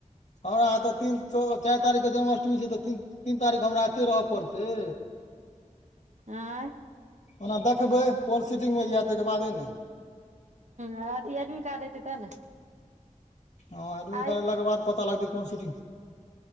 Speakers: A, on the left (about 60°); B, on the right (about 65°).
A: हमरा तऽ'तीन चारि तारीखके जन्माष्टमी छै तऽ' तीन तीन तारीख हमरा एते रहय पडतइ।
B: आँय।
A: ओना देखबै कोन सीटिङ्गमे य ताहिके बादे ने।
B: ह अथी एडमी कार्ड हतै तब ने
A: हँ एडमि
B: आइ
A: कार्डाके बाद पता लगतै कोन सीटिंग